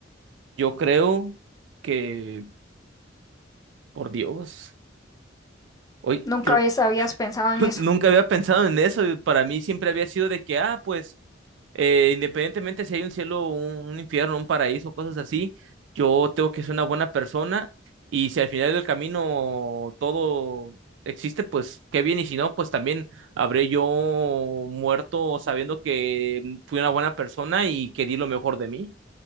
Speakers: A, on the right (about 65°); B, on the left (about 20°).
A: Yo creo que, por Dios, hoy
B: ¿Nunca
A: creo
B: habías, habías pensado en
A: <laughs>
B: eso?
A: Nunca había pensado en eso. Para mí siempre había sido de que, ah, pues, eh, independientemente si hay un cielo, un, un infierno, un paraíso, cosas así, yo tengo que ser una buena persona y si al final del camino todo existe, pues qué bien y si no, pues también habré yo muerto sabiendo que fui una buena persona y que di lo mejor de mí.